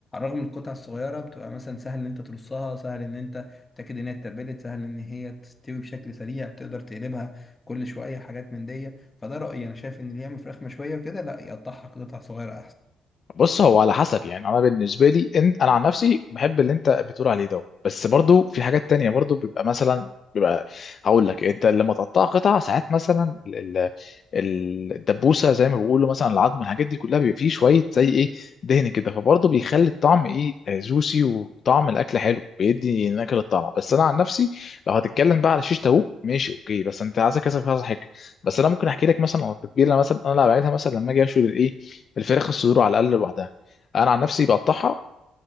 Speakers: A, on the left; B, on the left.
A: الرغم من القطع الصغيره بتبقى مثلا سهل ان انت ترصها سهل ان انت تتاكد ان هي اتبلت سهل ان هي تستوي بشكل سريع تقدر تقلبها كل شويه حاجات من دي فده رايي انا شايف ان اللي يعمل فراخ مشويه وكده لا يقطعها قطع صغيره
B: بص هو على حسب يعني انا بالنسبه لي إن انا عن نفسي بحب اللي انت بتقول عليه ده بس برضو في حاجات تانية برضو بيبقى مثلا بيبقى هقول لك انت لما تقطع قطع ساعات مثلا ال- ال- ال- الدبوسه زي ما بيقولوا مثلا العظم الحاجات دي كلها بيبقى فيه شويه زي ايه دهن كده فبرضه بيخلي الطعم ايه آه، جوسي وطعم الاكل حلو بيدي نكهه للطعم بس انا عن نفسي لو هتتكلم بقى على شيش تاوك ماشي اوكي بس انت عايز كذا كذا حاجه بس انا ممكن احكي لك مثلا عن التتبيله مثلا انا اللي بعملها مثلا لما اجي اشوي الايه الفراخ الصدور على الاقل لوحدها انا عن نفسي بقطعها